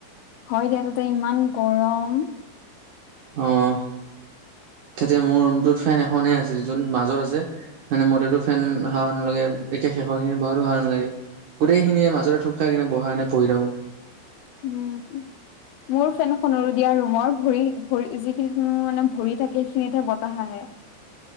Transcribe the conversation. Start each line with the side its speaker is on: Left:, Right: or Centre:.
Left: হয় দিয়া তাতে ইমান গৰম।
Right: অহ' তাতে মোৰ ৰুমটোত ফেন এখনহে আছিল, য'ত মাজত আছে। মানে মোৰ তাতো ফেন হাৱা নালাগে, একে শেষৰ খিনি বহাতো হাৱা নালাগে। গোটেইখিনিয়ে মাজতে থূপ খাই কেনে, বহা এনে পঢ়ি থাকো।
Left: উম। মোৰ ফেনখনৰো দিয়া ৰুমৰ ভৰি, ভৰি যিখিনি মোৰ মানে ভৰি থাকে, সেইখিনিতহে বতাহ আহে।